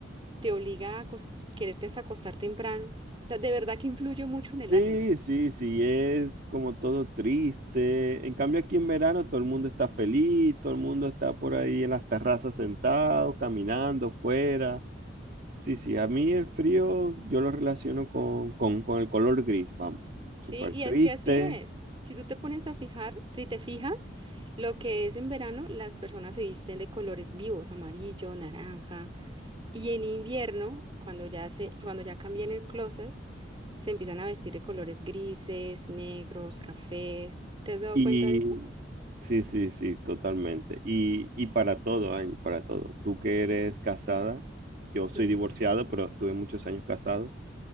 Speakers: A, on the right; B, on the right.
A: te obliga a acos- quererte hasta acostar temprano. O sea, de verdad que influye mucho
B: Sí,
A: en el ánimo,
B: sí, sí, es como todo triste. En cambio, aquí en verano todo el mundo está feliz, todo el mundo está por ahí en las terrazas sentado, caminando fuera. Sí, sí, a mí el frío yo lo relaciono con, con, con el color gris, vamos, súper
A: ¿sí? Y
B: triste.
A: es que así es. Si tú te pones a fijar, si te fijas, lo que es en verano, las personas se visten de colores vivos, amarillo, naranja. Y en invierno, cuando ya se, cuando ya cambian el closet, se empiezan a vestir de colores grises, negros, cafés. ¿Te has dado
B: Y
A: cuenta de eso?
B: sí, sí, sí, totalmente. Y, y para todo, Angie, para todo. Tú que eres casada, yo soy
A: Mm.
B: divorciado, pero estuve muchos años casado.